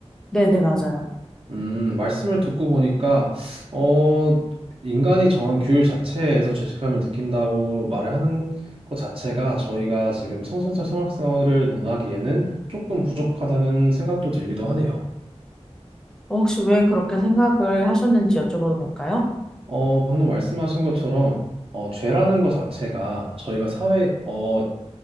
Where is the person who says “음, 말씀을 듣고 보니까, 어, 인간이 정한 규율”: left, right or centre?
Right